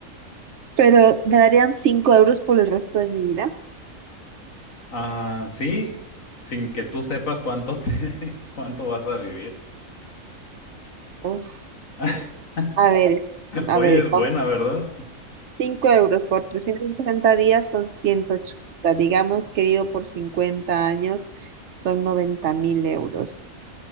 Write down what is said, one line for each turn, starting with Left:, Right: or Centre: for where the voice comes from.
Right: Pero me darían 5 euros por el resto de mi vida.
Left: Ah, sí, sin que tú sepas cuánto te, <laughs> cuánto vas a vivir.
Right: Uf,
Left: <laughs>
Right: a ver, es- a
Left: Oye,
Right: ver,
Left: es
Right: vamos.
Left: buena, ¿verdad?
Right: 5 euros por 360 días son 180. Digamos que vivo por 50 años, son 90 mil euros.